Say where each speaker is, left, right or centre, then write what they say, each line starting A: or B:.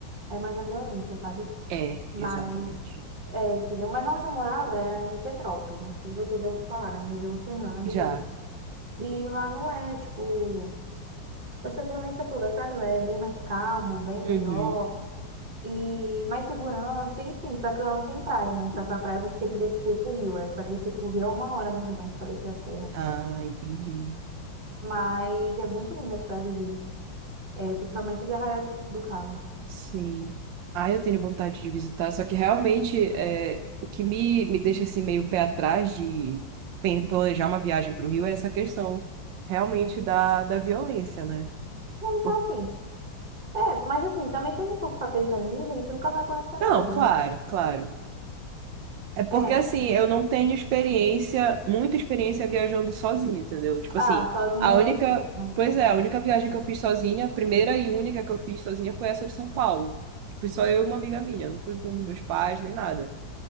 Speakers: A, on the right; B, on the right.
A: é mais a violência, sabe?
B: É,
A: Mas,
B: exatamente.
A: é, entendeu? Mas onde eu morava era em Petrópolis, não sei se você já ouviu falar, né? Região Serrana do
B: Já.
A: Rio. E lá não é, tipo... essa violência toda, sabe? Lá é bem mais calmo, bem melhor
B: Uhum.
A: e mais segurança, enfim. Só que lá não tem praia, né? Pra ir pra praia você tem que descer pro rio. Aí pra descer pro rio é uma hora mais ou menos pra descer a serra.
B: Ah, entendi.
A: Mas é muito lindo as praias do rio, é, principalmente de Arraial de- do Cabo.
B: Sim. Ah, eu tenho vontade de visitar, só que realmente é, o que me, me deixa assim meio pé atrás de pen- planejar uma viagem para o Rio é essa questão realmente da, da violência, né?
A: Não, então
B: Por-
A: assim, é, mas assim, também se a gente for ficar pensando nisso, a gente nunca vai conhecer
B: Não,
A: nada,
B: claro,
A: né?
B: claro. É porque
A: É,
B: assim, eu não tenho experiência, muita experiência viajando sozinha, entendeu? Tipo
A: ah,
B: assim,
A: sozinha
B: a única,
A: é difícil, né?
B: pois é, a única viagem que eu fiz sozinha, a primeira e única que eu fiz sozinha foi essa de São Paulo. Fui só eu e uma amiga minha, não fui com meus pais nem nada.